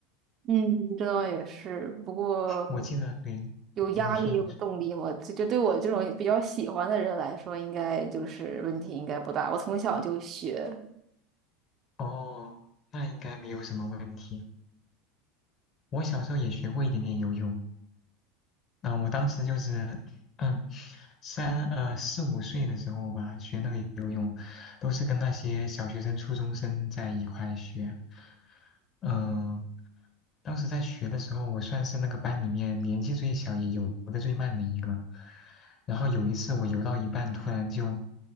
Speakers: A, on the right; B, on the left.
A: 嗯，这倒也是，不过
B: 我记得，对，
A: 有压力有动力嘛，
B: 啊你说你说，
A: 这这对我这种比较喜欢的人来说，应该就是问题应该不大。我从小就学。
B: 哦，那应该没有什么问题。我小时候也学过一点点游泳，嗯，我当时就是。<clears throat> 嗯。三呃四五岁的时候吧，学那个游泳，都是跟那些小学生、初中生在一块学。嗯、当时在学的时候，我算是那个班里面年纪最小，也游得最慢的一个。然后有一次我游到一半，突然就